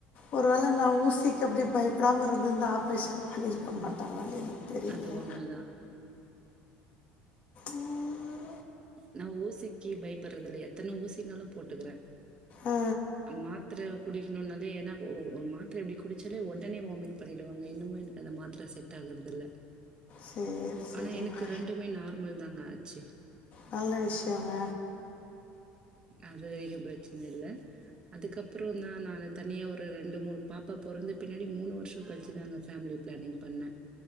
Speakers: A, on the left; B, on the right.
A: ஒரு வேள நா ஊசிக்கு அப்படி பயப்படாம இருந்து இந்தா ஆப்ரேஷன் பண்ணிருக்க மாட்டாங்களான்னு தெரியல
B: அது உண்மதா
A: ம்
B: நா ஊசிக்கு பயப்படுறது இல்ல எத்தனை ஊசினாலும் போட்டுக்கற
A: ஆ,
B: மாத்திர குடிக்கணுனாலே ஏன்னா ஒரு மாத்திரை இப்படி குடிச்சாலே உடனே வாமிட் பண்ணிடுவாங்க என்னமோ எனக்கு அந்த மாத்திர செட் ஆகறது இல்ல
A: சரி சரிங்க
B: ஆனா எனக்கு ரெண்டுமே நார்மல் தாங்க ஆச்சு
A: நல்ல விஷயங்க
B: அது வரைக்கு பிரச்சன இல்ல அதுக்கப்புற தா நானு தனியா ஒரு ரெண்டு மூணு பாப்பா பொறந்த பின்னாடி மூணு வருஷ கழிச்சி தாங்க ஃபேமிலி பிளானிங் பண்ண